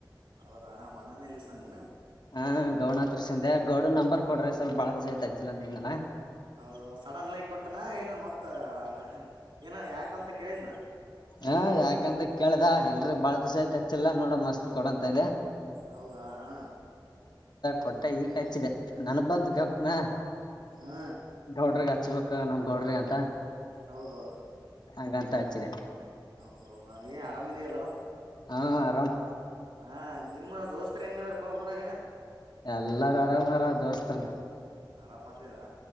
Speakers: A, on the right; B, on the left.
A: ಹೌದಾ ನಮ್ಮ ಅಣ್ಣನಲ್ಲಿ ಇಸ್ಕೊಂದೇನ
B: ಹಾ ಗೌಣ ಹತ್ರ ಸಂತೆ ಗೌಡ್ ನಂಬರ್ ಕೊಡ್ರಿ, ಸ್ವಲ್ ಬಾಳ ದಸ ಐತ ಅಚ್ಚಿಲ್ಲ ಅಂತ ಏನಲ್ಲ,
A: ಹೌದು ಸಡನ್ ಲೈ ಕೊಟ್ಟನಾ ಏನು ಮತ್ತ, ಹ ಏನ ಯಾಕಂತ ಕೇಳಿದನಾ?
B: ಹಾ ಯಾಕಂತ ಕೇಳ್ದ ಇಲ್ರಿ ಬಾಳ ದಿವ್ ಯತಚ್ಚಿಲ್ಲಾ ನೋಡ ಮಸ್ತ್ ಕೊಡಂತಂದೆ.
A: ಹೌದಾ ಹಾ
B: ಕೊಟ್ಟ ಈಗ ಹಚ್ಚಿದೆ ನನಗ್ ಬಂತ ಗಬಕ್ನ
A: ಹಾ
B: ದೌಡ್ರಗ ಹಚ್ಚಚ್ಬೇಕ ನಮ್ ಗೌಡ್ರಿ ಅಂತ
A: ಹೌದೌದು,
B: ಹಾಗಂಗಂತ ಹಚ್ಚಿದೆ,
A: ಹೌದೌದಾ ಏ ಆರಾಮ್ಿದಯಲ್ಲವಾ
B: ಆರಾಮ,
A: ಹಾ ನಿಮ್ಮ ದೋಸ್ತರ್ ಹೆಂಗಾದ್ರಪ್ಪಾ ಊರಾಗ
B: ಎಲ್ಲಾರ ಅದ ಮರ ದೋಸ್ತನ
A: ಆರಾಮ್ತರ